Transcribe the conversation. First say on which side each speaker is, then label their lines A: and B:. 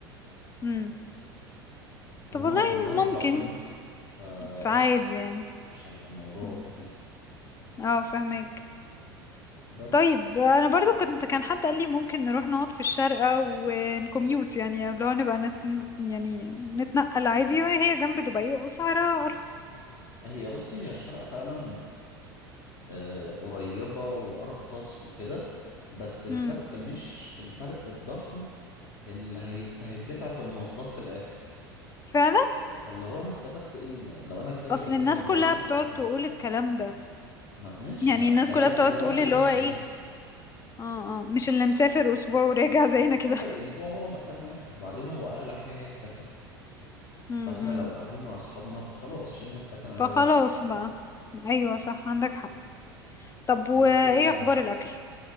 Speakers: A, on the left (about 25°); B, on the left (about 45°).
A: امم
B: وهم
A: طب والله
B: كلهم
A: ممكن
B: كابلز فقشطة
A: فعادي يعني
B: مش هيبقى الموضوع
A: مم.
B: سخيف
A: اه فهمك
B: بس
A: طيب انا برضو كنت كان حد قال لي ممكن نروح نقعد في الشارقة ونكميوت يعني اللي هو نبقى نت... يعني نتنقل عادي وهي جنب دبي واسعارها ارخص
B: هي بصي هي الشارقة فعلا آه، قريبة وأرخص وكده بس الفرق
A: امم
B: مش الفرق الضخم اللي هيت- هيتدفع في المواصلات في الآخر
A: فعلا
B: اللي هو أنا استفدت إيه ما لو أنا كده كده
A: اصل
B: كل
A: الناس
B: مشاويري
A: كلها بتقعد
B: هتبقى
A: تقول
B: في
A: الكلام ده
B: ما ماشي
A: يعني
B: ما
A: الناس
B: ده
A: كلها
B: لا-
A: بتقعد
B: ده اللي
A: تقول
B: رايح يعيش
A: اللي هو ايه
B: هناك
A: اه اه مش اللي مسافر اسبوع وراجع زينا
B: مسافر
A: كده
B: أسبوع هو مكان واحد وبعدين هو أغلى حاجة هي السكن
A: <laughs> امم
B: فاحنا لو قاعدين مع اصحابنا فخلاص شلنا السكن على
A: فخلاص
B: جنب
A: بقى ايوه صح عندك حق طب وايه
B: غير كده
A: اخبار الاكل